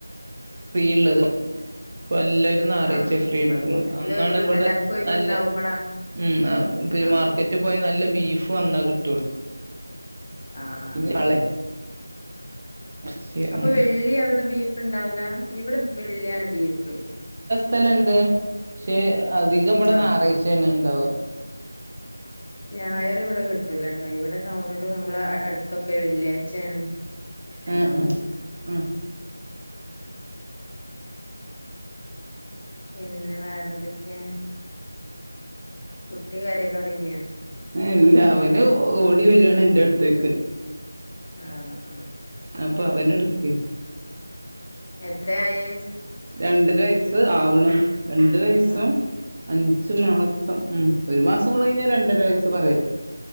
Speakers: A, on the right; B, on the left.
A: ഫ്രീള്ളത് <unintelligible> ഞായറാഴ്‌ച്ച
B: ആഹ്
A: ഫ്രീ
B: നമ്മളെ
A: എടക്ക്ണത്
B: വീട്ടില്
A: അന്നാണ്
B: ഒഴിവ്
A: ഇവിടെ
B: എല്ലാർക്കും ഒഴിവുണ്ടാവുമ്പളാണ്
A: നല്ല മ് പിന്നെ
B: ആഹ്
A: മാർക്കറ്റ് റ്റ് പോയാ നല്ല ബീഫും അന്നാ കിട്ടുള്ളൂ
B: ആഹ് ആഹ്
A: നാളെ
B: ആഹ് <unintelligible>
A: ഇറച്ചി
B: അപ്പൊ
A: അങ്ങനെ
B: വെള്ളി അവിടെ ബീഫ്ണ്ടാവില ഇവിടെ വെള്ളിയാണ് ബീഫ്
A: വക്കലുണ്ട് പക്ഷെ അധികം ഇവിടെ
B: ആഹ്
A: ഞായർചാണ്
B: ആഹ്
A: ഉണ്ടാവുക
B: ഞായർ ഇവിടെ കിട്ടൂലട്ടോ ഇവിടെ ടൗണിലും നമ്മള അടുത്തൊക്കെ വെള്ളിയാഴ്ചയാണ് ഇണ്ടാവു
A: ഉഹ ഉ ഉ
B: പിന്നെ വേറെന്തൊക്കെ കുട്ടി കരയാൻ തുടങ്ങിയാ
A: എല്ല അവനും ഓടി വരിയാണ് എന്റെ അടുത്തേക്ക്
B: ആഹ
A: അപ്പൊ അവനെ എടുക്
B: എത്രയആയി
A: രണ്ട് അര വയസ് ആവണ് രണ്ടര വയസും
B: ആഹ്
A: അഞ്ചു മാസം മ് ഒരു മാസം കൂടെ കഴിഞ്ഞാ രണ്ടര വയസ്സ് പറയാം